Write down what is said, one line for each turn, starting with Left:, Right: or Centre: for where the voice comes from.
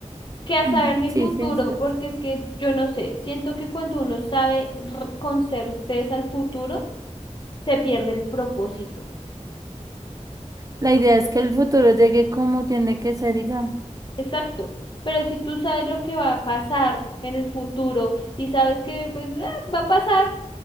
Left: Que a
Right: Mm,
Left: saber mi
Right: Sí,
Left: futuro,
Right: sí, es cierto.
Left: porque es que yo no sé, siento que cuando uno sabe r- con certeza el futuro, se pierde el propósito.
Right: La idea es que el futuro llegue como tiene que ser y ya.
Left: Exacto. Pero si tú sabes lo que va a pasar en el futuro y sabes que pues ah, va a pasar,